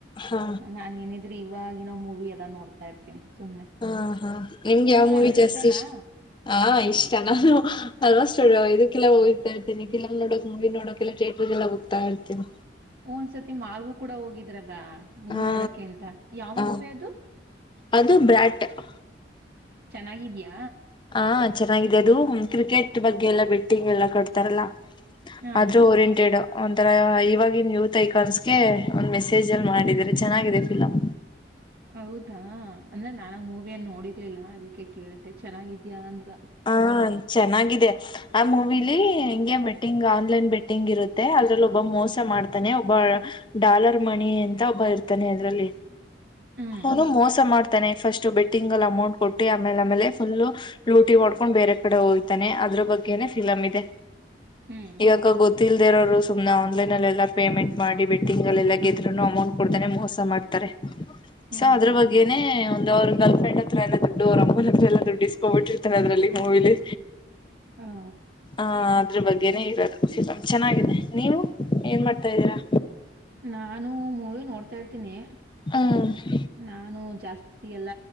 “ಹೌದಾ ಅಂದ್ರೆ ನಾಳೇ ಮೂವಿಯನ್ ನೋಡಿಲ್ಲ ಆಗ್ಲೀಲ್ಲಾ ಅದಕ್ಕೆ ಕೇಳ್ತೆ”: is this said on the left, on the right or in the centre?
Right